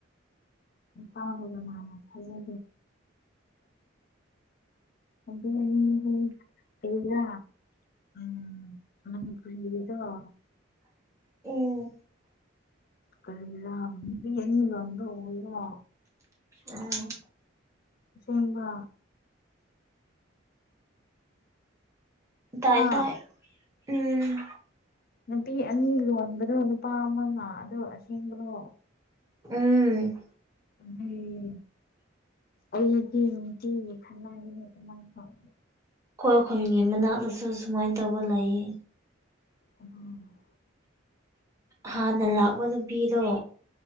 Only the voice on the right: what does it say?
ꯎꯝ
ꯎꯝ
ꯇꯥꯏ
ꯇꯥꯏ ꯎꯝ
ꯎꯝ
ꯑꯩꯈꯣꯏ ꯈꯨꯜꯒꯤ ꯃꯅꯥꯛꯇꯁꯨ ꯁꯨꯃꯥꯏꯅ ꯇꯧꯕ ꯂꯩꯌꯦ
ꯍꯥꯟꯅ ꯂꯥꯛꯄ ꯅꯨꯄꯤꯗꯣ